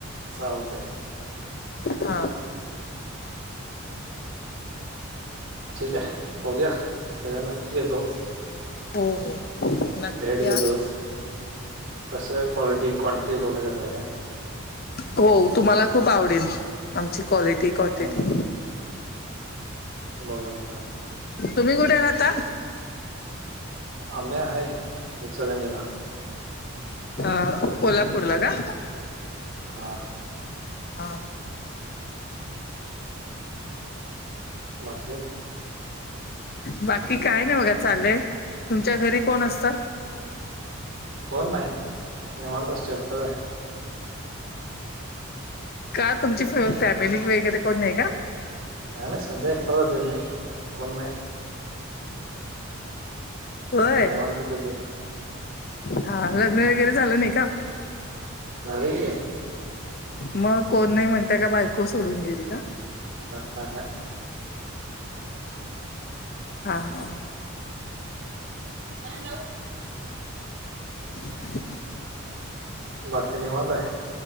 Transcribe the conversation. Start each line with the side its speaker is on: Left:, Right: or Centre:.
Right: चालतंय.
Left: हा.
Right: ठीक आहे बघूया एकदा नक्की येतो.
Left: हो हो. नक्की
Right: भेट
Left: या
Right: देतो कस काय क्वालिटी क्वांटिटी बघूया कसं काय.
Left: हो तुम्हाला खूप आवडेल आमची क्वालिटी क्वांटिटी
Right: हं, हं. बघूया बघूया.
Left: तुम्ही कुठे राहता?
Right: आम्ही हाय इचलकरंजीला
Left: अ कोल्हापूरला का?
Right: हा.
Left: हा.
Right: बाकी?
Left: बाकी काय नाही बघा चालय तुमच्या घरी कोण असत?
Right: कोण नाही निवांत असतोय एकटाच आहे.
Left: का तुमची फॅमिली वगैरे कोण नाही का?
Right: नाही नाही सध्या एकटाच राहतोय मी कोण नाही.
Left: होय
Right: निवांतपैकी
Left: हा लग्न वगैरे झालं नाही का?
Right: झाले की.
Left: मग कोण नाही म्हणता का बायको सोडून गेली का?
Right: ह ह.
Left: हा हा.
Right: नो.
Left: <inaudible>
Right: बाकी निवांत आहे?